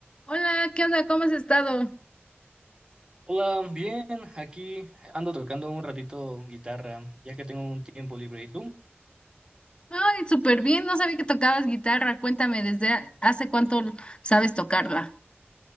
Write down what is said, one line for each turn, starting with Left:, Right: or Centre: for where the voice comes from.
Left: Hola, ¿qué onda? ¿Cómo has estado?
Right: Hola, bien, aquí ando tocando un ratito guitarra, ya que tengo un tiempo libre. ¿Y tú?
Left: Ay, súper bien, no sabía que tocabas guitarra. Cuéntame, ¿desde ha- hace cuánto sabes tocarla?